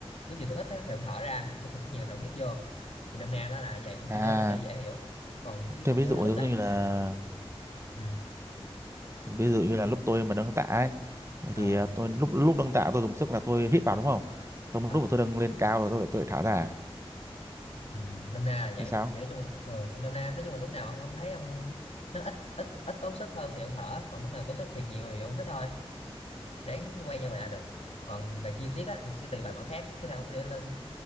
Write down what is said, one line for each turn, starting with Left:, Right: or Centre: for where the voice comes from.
Left: lúc dùng sức ít á, thì ông thở ra lúc dùng sức nhiều thì ông hít vô thì đâm nay nó là vậy ông
Right: À,
Left: cứ nhớ vậy cho dễ hiểu còn chứ
Right: tôi
Left: còn
Right: ví
Left: nhớ
Right: dụ
Left: lúc
Right: giống
Left: đẩy
Right: như là
Left: ừ ừ
Right: ví dụ như là
Left: cái
Right: lúc
Left: gì
Right: tôi mà nâng tạ ấy
Left: ờ
Right: thì à, tôi lúc lúc nâng tạ tôi dùng sức là tôi hít vào đúng không? Xong
Left: ờ
Right: lúc mà tôi nâng lên cao rồi tôi lại tôi lại thả ra.
Left: ừ, nôm na là vậy
Right: Thế sao?
Left: thì nói chung là ờ, nôm na nói chung là lúc nào ông ông thấy ông nó ít ít ít tốn sức hơn thì ông thở còn lúc nào tốn sức thiệt nhiều thì ông hít thôi ráng quay như vậy là được còn về chi tiết á, thì sẽ tùy bài mỗi khác chứ thầy ông sẽ lên